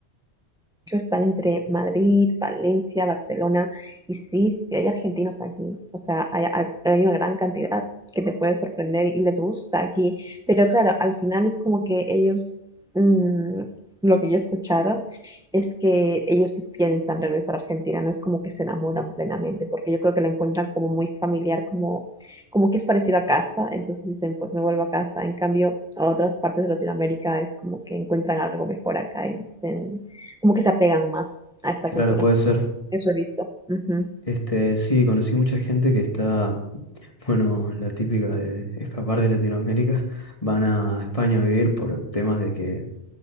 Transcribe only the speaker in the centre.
hecho, están entre Madrid, Valencia, Barcelona, y sí, sí hay argentinos aquí, o sea, hay, hay- hay una gran cantidad que te puede sorprender y les gusta aquí, pero claro, al final es como que ellos, mm, lo que yo he escuchado es que ellos sí piensan regresar a Argentina, no es como que se enamoran plenamente, porque yo creo que lo encuentran como muy familiar, como, como que es parecido a casa, entonces dicen, pues me vuelvo a casa, en cambio, a otras partes de Latinoamérica es como que encuentran algo mejor acá y dicen, como que se apegan más a esta
cultura.
Eso he visto. Ujú,